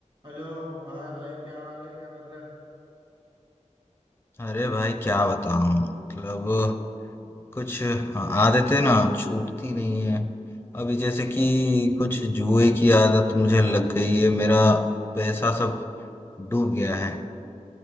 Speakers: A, on the right (about 40°); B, on the left (about 15°).
A: Hello Hi भाई क्या हाल है क्या कर रहा है
B: अरे भाई क्या बताऊं मतलब कुछ आदतें ना छूटती नहीं है अभी जैसे कि कुछ जुए की आदत मुझे लग गई है मेरा पैसा सब डूब गया है